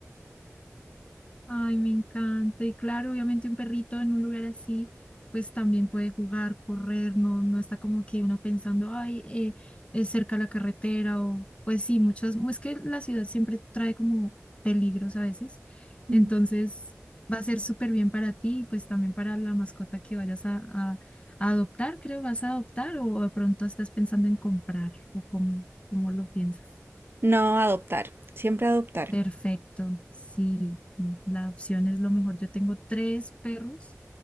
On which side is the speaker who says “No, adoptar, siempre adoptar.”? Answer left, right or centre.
Right